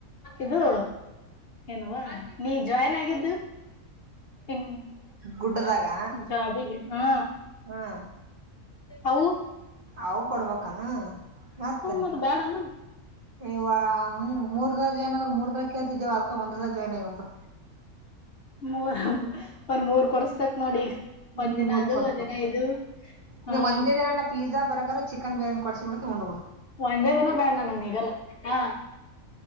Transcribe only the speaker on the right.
ಗುಡ್ಡದಾಗ
ಹ್ಮ್
ಅವು ಕೊಡ್ಬೇಕಾನ ಮತ್ತೆ
ಇವ ಹ್ಮ ಮೂರ್ ದಜೆ ಏನ್ರ ಮೂರ್ ದ ಕತಿದ್ದೇವ ಅಲ್ಕ ಒಂದ್ರ ಜಾಯ್ನ್ ಆಗಿ ನ್ದು
ರ್
ಕೊಡ್ಸಕ
ನೀವು ಒಂದೇ ದಿನ ಪೀ ಬೀಜ ಬರಗಾರು ಚಿಕನ್ ಬಿರಿಯಾನಿ ಕೊಡಿಸ್ಬಿಡ್ತೀನಿ ಉಂ ಬೋಡು